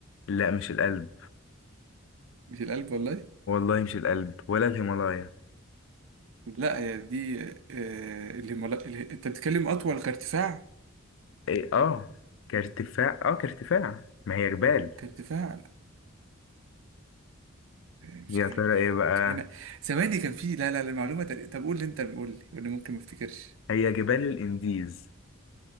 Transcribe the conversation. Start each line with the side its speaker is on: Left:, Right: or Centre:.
Left: لا مش الألب
Right: مش القلب والله
Left: والله مش الألب ولا الهيمالايا
Right: لا هي دي آه، الهيمالا اله- انت بتتكلم اطول كارتفاع
Left: إيه اه كارتفاع اه كارتفاع ما هي جبال
Right: كارتفاع لا آه، مش
Left: يا
Right: عارف
Left: ترى ايه بقى
Right: انا ثواني كان في لا لا لا المعلومة تق- طب قول لي انت قول لي وانا ممكن ما افتكرش
Left: هي جبال الانديز